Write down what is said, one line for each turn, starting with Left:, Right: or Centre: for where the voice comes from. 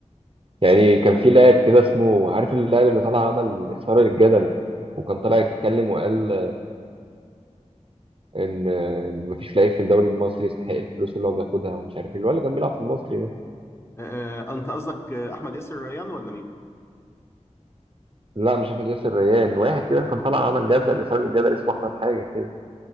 Right: يعني كان في لاعب كده اسمه عارف اللاعب اللي طلع عمل اثاره للجدل وكان طالع يتكلم وقال ان إن مفيش لعيب في الدوري المصري يستحق الفلوس اللي هو بياخدها ومش عارف ايه اللي هو اللي كان بيلعب في المصري ده
Left: آه، انت قصدك آه، احمد ياسر ريان ولا مين
Right: لا مش احمد ياسر ريان واحد كده كان طالع عمل جدل اثاره للجدل اسمه احمد حاجه كده